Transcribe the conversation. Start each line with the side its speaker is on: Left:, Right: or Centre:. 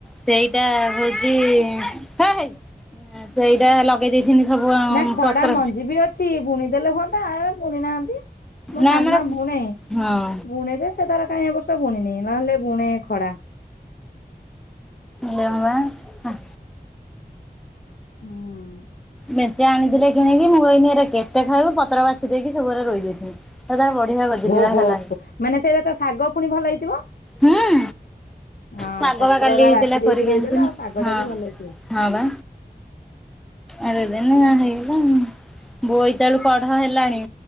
Centre: ସେଇଟା ହଉଚିଁ, ହେ-ହେଇ ସେଇଟା ଲଗେଇ ଦେଇଥିନି। ସବୁ
Left: ନା ଖଡା
Centre: ପତ୍ର
Left: ମଞ୍ଜି ବି ଅଛି ବୁଣିଦେଲେ ହୁଅନ୍ତା! ଆ ବୁଣି ନାହାନ୍ତି। ମୋ
Centre: ନା
Left: ସାନମାଁ
Centre: ଆମର
Left: ବୁଣେ।
Centre: ହଁ
Left: ବୁଣେ ଯେ ସେ ତାର କାହିଁ, ଏ ବର୍ଷ ବୁଣିନି ନହେଲେ ବୁଣେ ଖଡା।
Centre: ନିଅ ବାଁ, ହା।
Left: ହୁଁ।
Centre: ମେଞ୍ଚେ ଆଣିଥିଲେ କିଣିକି। ମୁଁ କଇନି ଏରା କେତେ ଖାଉବୁ? ପତ୍ର ବାଛି ଦେଇକି ସବୁ ଗୁରା ରୋଇ ଦେଇଥିନି। ସେ ତାର ବଢିଆ ଗଦିରିବା
Left: ହୋ ହୋ,
Centre: ହେଲା
Left: ମାନେ ସେଇରା ତ ଶାଗ ପୁଣି ଭଲ ହେଇଥିବ?
Centre: ହଁ-ଅଁ
Left: ହଁ
Centre: ଶାଗ
Left: ପତ୍ରରା
Centre: ପା କାଲି ହେଇଥିଲା,
Left: ବାଛି ଦେଇକି
Centre: କରିିକି
Left: ରୋଇଦେଲା
Centre: ଆଣଥିନି।
Left: ଆଉ ଶାଗ
Centre: ହଁ,
Left: ଟା ବି ଭଲ ହେଇଥିବ।
Centre: ହଁ ବା। ଆଡେଇଦେନି
Left: ହୁଁ।
Centre: ଆ ହେଇଗଲା ଆଉ ବୋଇତାଳୁ କଢ ହେଲାଣି।